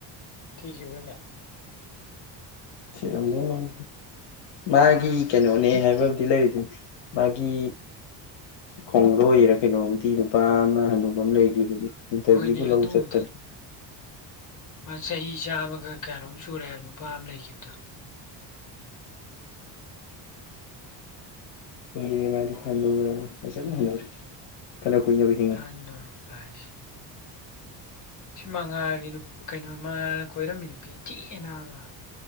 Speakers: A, on the left; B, on the left.
A: ꯊꯤꯈꯤꯕ꯭ꯔꯅꯦ
B: ꯊꯤꯔꯝꯗꯧ ꯃꯥꯟꯗꯦ ꯃꯥꯒꯤ ꯀꯩꯅꯣꯅꯦ ꯍꯥꯏꯕ ꯏ ꯂꯩꯔꯤꯗꯨꯗꯤ ꯃꯥꯒꯤ ꯈꯣꯡꯂꯣꯏꯔꯥ ꯀꯩꯅꯣꯝꯗꯤ ꯅꯨꯄꯥ ꯑꯃ ꯍꯟꯅꯨꯕ ꯑꯃ ꯂꯩꯗꯨ ꯗꯨꯗꯤ ꯏꯟꯇ꯭ꯔꯚ꯭ꯌꯨꯕꯨ
A: ꯍꯣꯏꯅꯦ
B: ꯂꯧ
A: ꯑꯗꯨꯕꯨꯗꯤ
B: ꯆꯠꯄꯅꯤ
A: ꯃꯥ ꯆꯍꯤ ꯆꯥꯝꯃꯒ ꯀꯋꯥꯅꯣꯝ ꯁꯨꯔꯦ ꯍꯥꯏꯕ ꯅꯨꯄꯥ ꯑꯃ ꯂꯩꯒꯤꯕꯗꯣ
B: ꯀꯨꯏꯔꯦ ꯃꯥꯗꯨ ꯍꯅꯨꯔꯝꯅꯤ ꯐꯖꯅ ꯍꯅꯨꯔꯦ ꯐꯅꯥ ꯀꯨꯏꯅꯕꯨ ꯍꯤꯡ
A: ꯑꯍꯟ ꯑꯣꯏꯔꯛꯄ ꯍꯥꯏꯁꯦ ꯁꯤ ꯃꯉꯥꯜꯒꯤ ꯅꯨꯞ ꯀꯩꯅꯣ ꯃꯉꯥꯜꯅ ꯀꯣꯏꯔꯝꯃꯤ ꯅꯨꯄꯤ ꯊꯤꯍꯦ ꯅꯥꯕꯥ